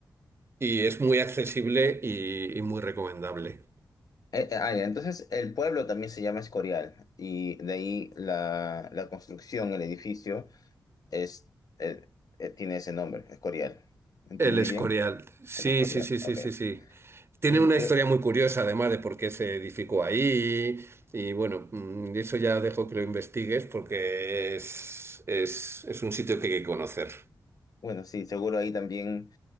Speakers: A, on the right (about 35°); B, on the left (about 55°).
A: y es muy accesible y y muy recomendable.
B: Eh, eh, ah, ya, entonces el pueblo también se llama Escorial y de ahí la, la construcción, el edificio. Es, eh, eh, tiene ese nombre, Escorial. ¿Entendí
A: El Escorial.
B: bien?
A: Sí,
B: El Escorial,
A: sí, sí, sí,
B: ok.
A: sí, sí. Tiene
B: Y
A: una historia
B: eh,
A: muy curiosa, además, de por qué se edificó ahí. Y bueno, mm, eso ya dejo que lo investigues porque es, es, es un sitio que hay que conocer.
B: bueno, sí, seguro ahí también